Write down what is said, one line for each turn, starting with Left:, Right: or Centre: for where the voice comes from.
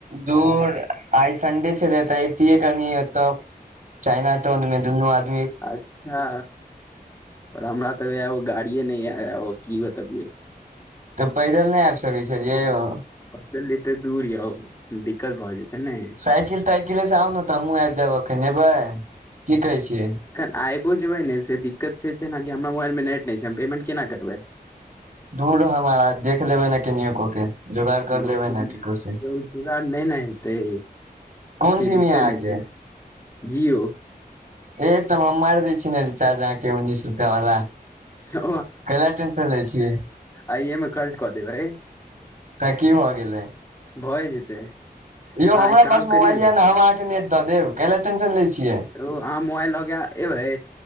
Right: दूर आइ संडे छलैय त एतियै कनि एत चाइना टोन मे दुनू आ
Left: अच्छा पर हमरा तऽ गाड़िये नय य की बतबियै
Right: तऽ पदिल नय आबि सकै छलियै यौ
Left: पदिल जेते दूर यौ दिक्कत भऽ जेतै ने
Right: साइकिल ताइकिले से आउ ने तऽ हमहूं आबि जायब अखन एबै की कहै छियै
Left: आईबो जेबै ने से दिक्कत से छै ने हमरा मोबाइल मे नेट नय छै हम पेमेंट केना करबै
Right: धूर ह महराज देख लेबै न कनको के जोगाड़ कर
Left: यौ
Right: लेबै
Left: किन
Right: ने केकरो से
Left: जुगड़ नय ने हेतै
Right: कोन
Left: से
Right: सिम
Left: दिक्कत
Right: यै अहाँके
Left: नय छै जीओ
Right: ए तब हम मारि दै मार दै छी ने रिचार्ज उनिस रुपआ वाला
Left: यौ
Right: कैला टेंशन लै छियै
Left: आइे मे खर्च कऽ देबैै
Right: तऽ की भऽ गेलै
Left: भए जेतै
Right: यौ
Left: अहाँ
Right: हमरा
Left: एक काम
Right: पास मोबाइल
Left: करियौ
Right: या
Left: ने
Right: न हम अहां के नेट द देब कैला टेंशन लै छियै
Left: यौ आहां मोबइल लके एबै